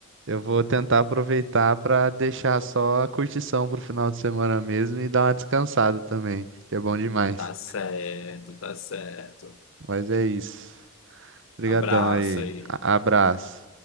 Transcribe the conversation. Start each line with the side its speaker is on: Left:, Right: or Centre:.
Right: Eu vou tentar aproveitar para deixar só a curtição pro final de semana mesmo e dar uma descansada também, que é bom demais.
Left: Tá certo, tá certo.
Right: Mas é isso. Obrigadão
Left: abraça
Right: aí.
Left: e
Right: A- Abraço.